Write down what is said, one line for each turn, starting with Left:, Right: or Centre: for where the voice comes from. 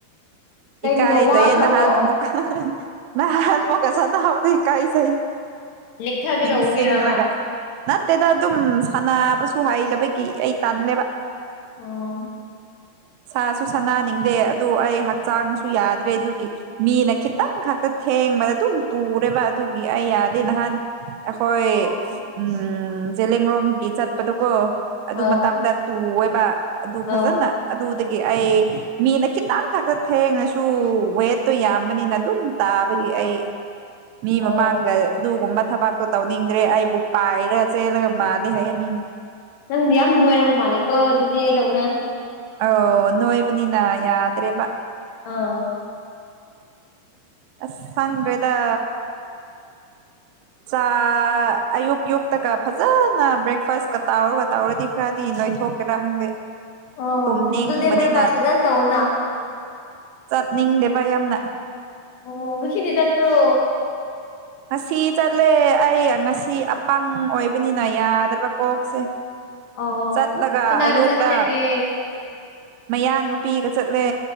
Left: ꯀꯩꯒꯤꯅꯣ
Right: ꯏꯀꯥꯏꯖꯩꯌꯦ
Left: ꯋꯥꯈ꯭ꯔꯕꯣ
Right: ꯅꯍꯥꯟꯑꯃꯨꯛ ꯅꯍꯥꯟ ꯃꯨꯛ ꯑꯁꯥ ꯅꯥꯕꯗ ꯏꯀꯥꯏ ꯆꯩ
Left: ꯂꯤꯛꯊꯒꯦ
Right: ꯅꯤꯡꯁꯤꯡꯔꯒ
Left: ꯇꯧꯕꯒꯤꯔꯕ
Right: ꯅꯠꯇꯦꯗ ꯑꯗꯨꯝ ꯁꯥꯅ꯭ꯕ ꯇꯨ ꯍꯥꯏꯗꯕꯒꯤ ꯑꯩ ꯇꯜꯂꯦꯕ
Left: ꯑꯣ
Right: ꯁꯥꯁꯨ ꯁꯥꯟꯅꯅꯤꯡꯗꯦ ꯑꯗꯨ ꯑꯩ ꯍꯛꯆꯥꯡꯁꯨ ꯌꯥꯗ꯭ꯔꯦ ꯑꯗꯨꯒꯤ ꯃꯤꯅ ꯈꯤꯇꯪ ꯈꯛꯇ ꯊꯦꯡꯕꯗ ꯗꯨꯝ ꯇꯨꯔꯦꯕ ꯑꯗꯨꯒꯤ ꯑꯩ ꯌꯥꯗꯦ ꯅꯍꯥꯟ ꯑꯈꯣꯏ
Left: ꯑꯣ
Right: ꯎꯝ ꯖꯦꯂꯦꯡꯔꯣꯡꯒꯤ ꯆꯠꯄꯗꯀꯣ ꯑꯗꯨ
Left: ꯑꯧ
Right: ꯃꯇꯝꯗ ꯇꯨꯋꯦꯕꯥ ꯑꯗꯨ
Left: ꯑꯧ
Right: ꯐꯖꯟꯅ ꯑꯗꯨꯨꯗꯒꯤ ꯑꯩ ꯃꯤꯅ ꯈꯤꯇꯪ ꯈꯛꯇ ꯊꯦꯡꯉꯁꯨ ꯋꯦꯠꯇꯣ ꯌꯥꯝꯕꯅꯤꯅ ꯑꯗꯨꯝ ꯇꯥ ꯇꯥꯕꯒꯤ ꯑꯩ ꯃꯤ
Left: ꯑꯣ
Right: ꯃꯃꯥꯡꯗ ꯑꯗꯨꯒꯨꯝꯕ ꯊꯕꯛ ꯇꯣ ꯇꯧꯅꯤꯡꯗ꯭ꯔꯦ ꯑꯩꯕꯨ ꯄꯥꯏꯔ ꯆꯦꯜꯂꯒ ꯃꯥꯜꯂꯤ ꯍꯥꯏꯌꯦ ꯃꯤꯅ
Left: ꯅꯪꯗꯤ ꯌꯥꯝ ꯅꯣꯏꯔꯕ ꯃꯥꯜꯂꯦꯀꯣ ꯑꯗꯨꯗꯤ ꯑꯩꯗꯧꯅ
Right: ꯑꯧ ꯅꯣꯏꯕꯅꯤꯅ ꯌꯥꯗ꯭ꯔꯦꯕ
Left: ꯑꯧ
Right: ꯑ꯭ꯁ ꯁꯪꯗ꯭ꯔꯦꯗ ꯆꯥ ꯑꯌꯨꯛ ꯌꯨꯛꯇꯒ ꯐꯖꯅ ꯕ꯭ꯔꯦꯛꯐꯥꯁꯀ ꯇꯥꯎꯔꯒ ꯇꯧꯎꯔꯗꯤ ꯈ꯭ꯔꯗꯤ ꯅꯣꯏ ꯊꯣꯛꯀꯦꯔꯥ ꯈꯪꯗꯦ
Left: ꯑꯣ
Right: ꯇꯨꯝꯅꯤꯡꯕꯅꯤꯅ
Left: ꯑꯗꯨꯗꯤ ꯕ꯭ꯔꯦꯛꯐꯥꯁ ꯐꯖꯅ ꯇꯧꯑꯣꯅ
Right: ꯆꯠꯅꯤꯡꯗꯦꯕ ꯌꯥꯝꯅ
Left: ꯑꯣ ꯉꯁꯤꯗꯤ ꯆꯠꯄ꯭ꯔꯣ
Right: ꯉꯁꯤ ꯆꯠꯂꯦ ꯑꯩ ꯉꯁꯤ ꯑꯄꯪ ꯑꯣꯏꯕꯅꯤꯅ ꯌꯥꯗ꯭ꯔꯕ ꯀꯣꯛꯁꯦ
Left: ꯑꯣ
Right: ꯆꯠꯂꯒ
Left: ꯀꯅꯥꯒ
Right: ꯑꯌꯨꯛꯇ
Left: ꯆꯠꯃꯤꯟꯅꯒꯦ
Right: ꯃꯌꯥꯡ ꯅꯨꯄꯤꯒ ꯆꯠꯂꯦ